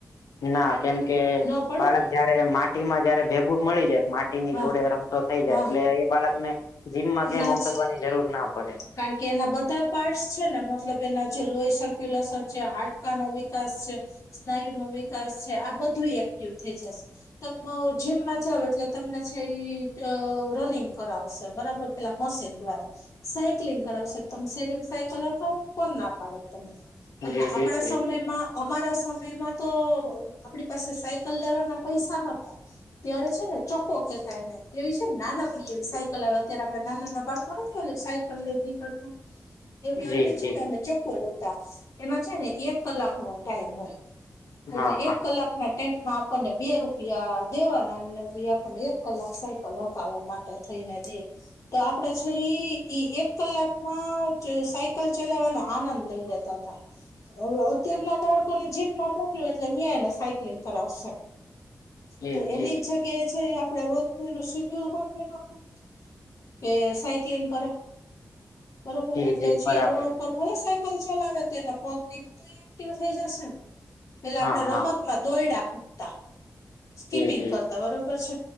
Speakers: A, on the left; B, on the left.
A: ના કેમ કે
B: ન પડે
A: બાળક
B: ને
A: જયારે માટી માં જયારે ભેભુ મળી જાય માટીની
B: હા
A: જોડે રમતો થઈ જાય
B: હા
A: એટલે એ બાળકને જીમમાં ક્યા
B: એના
A: મોકલવાની
B: જ
A: જરૂર ના પડે.
B: કારણ કે એના બધા પાર્ટ્સ છે. ને મતલબ એના જે લોય સર્ક્યુલેશન છે. હાડકા નો વિકાસ છે. સ્નાયુ નો વિકાસ છે. આ બધું એક્ટિવ થઈ જશે ત જીમમાં જાવ એટલે તમને છે. ઈ રનિંગ કરાવશે બરાબર એલા મસેન દ્વારા સાયકલિંગ કરાવશે તમ શેરીમ સાયકલ ઓખાવ કોણ ના પાડે તમને અને
A: જી
B: આપણા
A: બિલકુલ
B: સમયમાં અમારા સમયમાં તો આપણી પાસે સાયકલ લેવાના પૈસા નફ ત્યારે છે. ને ચોક્્કોો કહેતા એને એવી છે. ને નાનકડી એવી સાયકલ આવે અત્યારે આપડે નાના નાના બાળકો ના થયો સાયકલ લઈ નીકળતા એવી
A: જી
B: અમને
A: જી
B: છે. ને અમે ચોખ્ખો લે એના છે. ને એક કલાક નો ટાઈમ હોય એટલે
A: હા હા
B: એક કલાક ના એમમાં આપણને બે રૂપિયા દેવાના એમને એટલે આપણને એક કલાક સાયકલ હકાવવા માંગે થઈને જીએ તો આપડે છે. એ ઈ એક કલાકમાં સાયકલ ચલાવવાનો આનંદ લઇ લેતા હતા ત્યના બાળકો ને જીમમાં મોકલ એટલે ન્યાયને સાયક્લિંગ કરાવશે
A: જી
B: તો એની
A: જી
B: ઈચ્છા છે. આપડે રોજ ન એનું શેડ્યુલ ગોઠવી નાખું કે સાયક્લિંગ કરે બરોબર
A: જી
B: એટલે
A: જી
B: પછી
A: બરાબર
B: રોડ ઉપર ભલે સાયકલ ચલાવે તો એના પગ ની બધ એક્ટિવ થઈ જશે ને એટલે આપણે
A: હા
B: રમતમાં
A: હા
B: દોયડા કૂદતા સ્કીપિંગ
A: જી જી
B: કરતા બરોબર છે.